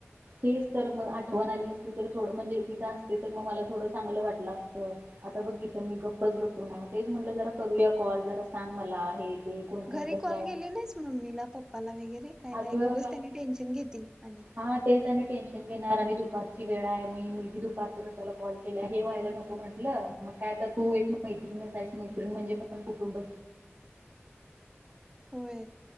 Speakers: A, on the right; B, on the right.
A: तेच तर मग आठवण आली असती तर थोड म्हणजे तिथं असते तर मग मला थोडं चांगलं वाटलं असतं आता बघ इथं मी गप्पच बसून हाय मग तेच म्हटलं जरा करूया कॉल जरा सांग मला हे ते कोणकोण
B: घरी
A: कसं
B: कॉल
A: आहे
B: केले नाहीस मम्मीला पप्पाला वेगैरे काय
A: अगं
B: नाही गो उगंच त्यांनी टेन्शन घेतील आणि
A: हा तेच आणि टेन्शन घेणार आणि दुपारची वेळ हाय मग हे मुलगी दुपारच कसायला कॉल केल्या हे व्हायला नको म्हंटलं मग काय आता तू एक मैत्रीणच हाईस मैत्रीण म्हणजे पण कुटुंब
B: होय